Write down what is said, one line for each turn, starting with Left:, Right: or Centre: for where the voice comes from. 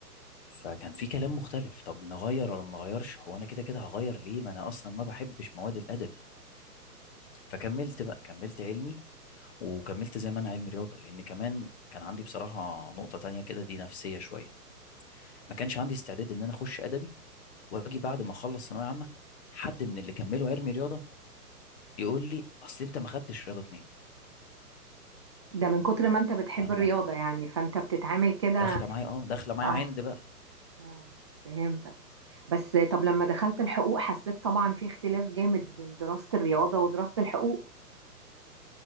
Left: فكان في كلام مختلف طب نغير ولا ما نغيرش هو انا كده كده هغير ليه ما انا اصلا ما بحبش مواد الادب فكملت بقى كملت علمي وكملت زي ما انا علمي رياضه لان كمان كان عندي بصراحه نقطه تانية كده دي نفسيه شويه ما كانش عندي استعداد ان انا اخش ادبي واجي بعد ما اخلص ثانويه عامه حد من اللي كملوا علمي رياضه يقول لي اصل انت ما خدتش رياضه اتنين
Right: ده من كتر ما انت بتحب
Left: فاهمه
Right: الرياضة يعني فانت بتتعامل كده
Left: داخله معايا اه داخله معايا
Right: اه
Left: عند بقى
Right: آه، فهمتك بس طب لما دخلت الحقوق حسيت طبعا في اختلاف جامد بين دراسة الرياضة ودراسة الحقوق